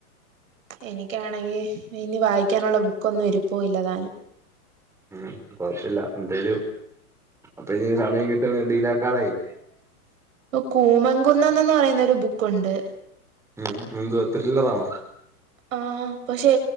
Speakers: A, on the right; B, in the centre.
A: എനിക്ക് ആണെങ്കി ഇനി വായിക്കാനൊള്ള ബുക്കൊന്നും ഇരിപ്പൂ ഇല്ല താനും
B: മ് കൊഴപ്പില്ല എന്തായും അപ്പ ഇനി സമയം കിട്ടും <unintelligible>
A: കൂമൻകുന്നെന്നൊന്ന് പറയുന്നെ ഒരു ബുക്കുണ്ട്
B: മ്ഹ് എന്തുവാ ത്രില്ലറാണോ
A: ആ പക്ഷെ